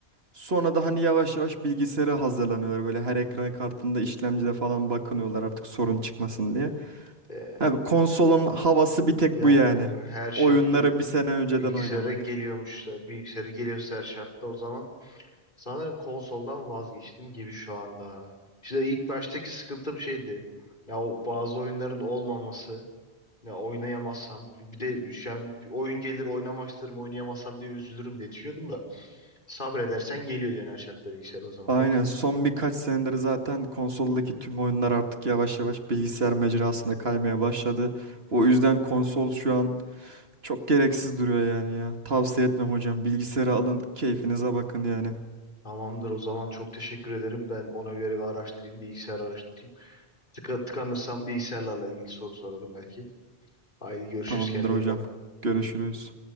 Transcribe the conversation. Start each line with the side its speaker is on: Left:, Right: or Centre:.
Right: Sonra da hani yavaş yavaş bilgisayara hazırlanıyorlar. Böyle her ekran kartında işlemcide falan bakınıyorlar artık sorun çıkmasın diye.
Left: Ee,
Right: Abi konsolun havası bir tek
Left: yani
Right: bu yani.
Left: her şartta
Right: Oyunları bir sene önceden
Left: bilgisayara
Right: oynamak.
Left: geliyormuşsa bilgisayara geliyorsa her şartta o zaman sanırım konsoldan vazgeçtim gibi şu anda. İşte ilk baştaki sıkıntım şeydi. Ya o bazı oyunların olmaması. Ya oynayamazsam bir de şu an bir oyun gelir oynamak isterim oynayamazsam diye üzülürüm diye düşünüyordum da sabredersen geliyor diyen her şartta bilgisayar o zaman
Right: Aynen
Left: okey.
Right: son birkaç senedir zaten konsoldaki tüm oyunlar artık yavaş yavaş bilgisayar mecrasına kaymaya başladı. O yüzden konsol şu an çok gereksiz duruyor yani ya. Tavsiye etmem hocam. Bilgisayarı alın, keyfinize bakın yani.
Left: Tamamdır o zaman çok teşekkür ederim. Ben ona göre bir araştırayım bilgisayar araştırayım. Tıka, tıkanırsam bilgisayarlarla ilgili soru sorarım belki. Haydi görüşürüz
Right: Tamamdır
Left: kendine
Right: hocam.
Left: iyi bak.
Right: Görüşürüz.